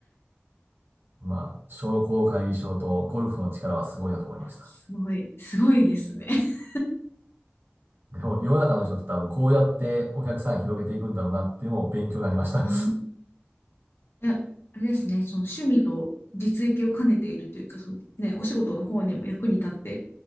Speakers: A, on the right; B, on the left.
A: まあ、商工会議所とゴルフの力はすごいなと思いました。
B: すごい、すごいですね。<laughs>
A: でも、世の中の人って多分こうやってお客さん広げていくんだろうなっていうのも勉強になりました。
B: うんえ、あれですね、その趣味と実益を兼ねているというか、そうね、お仕事の方にも役に立って、